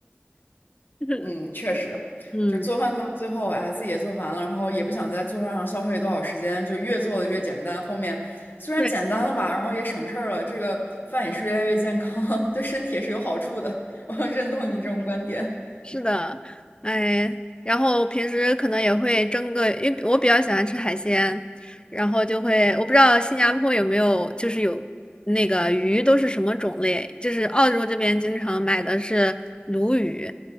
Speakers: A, on the left (about 25°); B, on the left (about 55°).
A: <laughs>
B: 嗯，确实，
A: 嗯，
B: 就是做饭做到最后，哎呀，自己也做烦了，然后也不想在做饭上消费多少时间，就越做的越简单。后面虽然简单了吧，
A: 对。
B: 然后也省事儿了，这个饭也是越来越健康，<laughs> 对身体也是有好处的。<laughs> 我很认同你这种观点。
A: 是的，哎，然后平时可能也会蒸个，因为我比较喜欢吃海鲜，然后就会，我不知道新加坡有没有，就是有那个鱼都是什么种类，就是澳洲这边经常买的是鲈鱼，